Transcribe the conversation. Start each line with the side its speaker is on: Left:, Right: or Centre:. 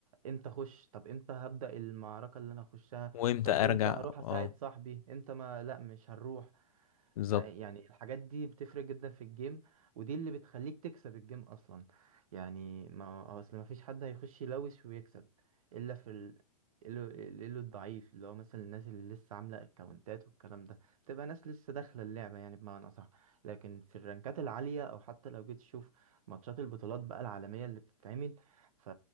Right: امتى أخش طب امتى هبدأ المعركة اللي أنا هخشها
Left: وامتى
Right: طب
Left: ارجع
Right: امتى هروح أساعد
Left: اه
Right: صاحبي امتى ما لا مش هنروح
Left: بالظبط
Right: فيعني الحاجات دي بتفرق جدا في الجيم ودي اللي بتخليك تكسب الجيم اصلا يعني ما اصل ما فيش حد هيخش يلوش ويكسب الا في ال... الا إلا الضعيف اللي هو مثلا الناس اللي لسه عامله اكونتات والكلام ده تبقى ناس لسه داخله اللعبه يعني بمعنى صح لكن في الرانكات العاليه او حتى لو جيت تشوف ماتشات البطولات بقى العالميه اللي بتتعمل ف